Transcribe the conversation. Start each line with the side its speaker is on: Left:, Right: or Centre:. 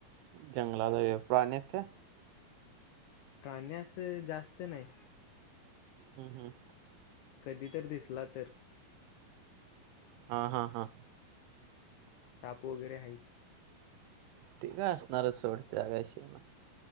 Right: जंगलात प्राणी हाईत काय?
Left: प्राणी असं जास्त नाहीत.
Right: ह ह
Left: कधी तर दिसला तर?
Right: हा हा हा
Left: साप वगैरे हाईत.
Right: ते काय असणारचं सोड. त्या काय इशय नाय.